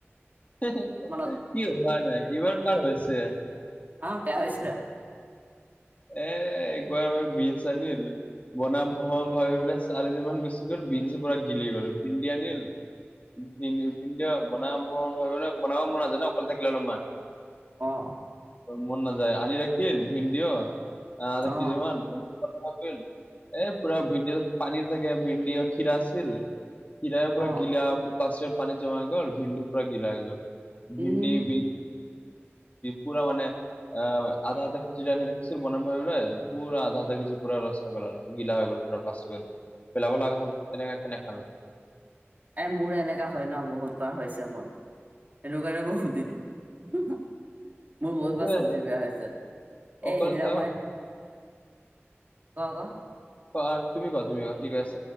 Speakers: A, on the left (about 35°); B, on the right (about 40°).
A: কি হোৱা
B: মনত
A: নাই এইবাৰ বাৰ হৈছে
B: অ', বেয়া হৈছে।
A: এ একবাৰ বিহু <unintelligible> বনাম বনাম ভাবি পোলে চাৰিদিন মান গুচি গ'ল ভিন্দি পুৰা গিলি গল ভিন্ধি আনিল ভিয়া বনাম ভাবে বনাব মন যাই ন অকলে থাকিলে অলপমান
B: অ'।
A: মন নাযায় আনি ৰাখিম ভিণ্ডিও আধা
B: অ
A: কেজি মান এই পুৰা ভিডি পানীৰ থাকে ভিডি আৰু ক্ষীৰা আছিল। খিৰাই পুৰা
B: অ
A: গিলা পাঁচ পানী জমাই গল ভিনডু পুৰা গিলা হৈ গ'ল।
B: উম
A: ভিণ্ডি বিন পূৰা মানে আ আধা আধা ৰা বনাম ভাবলে পুৰা আধা আধা কেজি পুৰা ৰস গিললা হৈ গল প প্লাষ্টিক পেলাব লগা হ'ল এনেকে কেনে খাব
B: এ মোৰ এনেকা হয় ন বহুত বাৰ হৈছে মোৰ সেইটো কাৰণে মই সুধিলোঁ। মোৰ বহুত
A: এইটোৱে
B: বাৰ চব্জি বেয়া হৈছে এ
A: অকল
B: সেইদিনা
A: থকা
B: মই ক আকৌ
A: অ', তুমি ক তুমি ক কি কয় আছ।